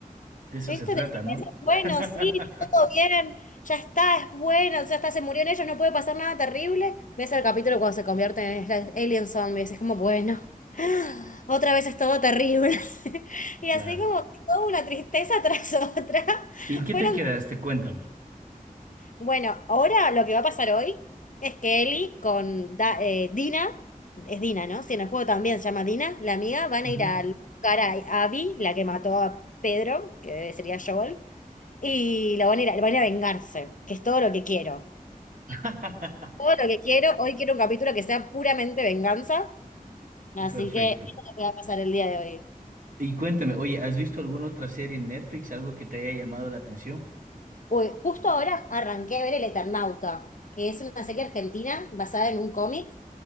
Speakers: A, on the right; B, on the left.
A: De eso
B: esto
A: se trata,
B: Decir
A: ¿no?
B: eso es bueno,
A: <laughs>
B: sí, todo bien, ya está, es bueno, ya está, se murieron ellos, no puede pasar nada terrible. Ves el capítulo cuando se convierten en estas alien zombies, es como, bueno, <gasps> <sighs> otra vez es todo terrible. <laughs> Y
A: Claro.
B: así como que toda una tristeza <laughs> tras otra.
A: ¿Y en qué
B: Fueron,
A: te quedaste? Cuéntame.
B: bueno, ahora lo que va a pasar hoy es que Ellie con Da- eh, Dina, es Dina, ¿no? Si en el juego también se llama Dina, la amiga, van
A: Ujú.
B: a ir a buscar a Abby, la que mató a Pedro, que sería Joel. Y lo van a ir a, van a ir a vengarse, que es todo lo que quiero.
A: <laughs>
B: Todo lo que quiero. Hoy quiero un capítulo que sea puramente venganza. Así
A: Perfecto.
B: que eso es lo que va a pasar el día de hoy.
A: Y cuéntame, oye, ¿has visto alguna otra serie en Netflix, algo que te haya llamado la atención?
B: Uy, justo ahora arranqué a ver El Eternauta, que es una serie argentina basada en un cómic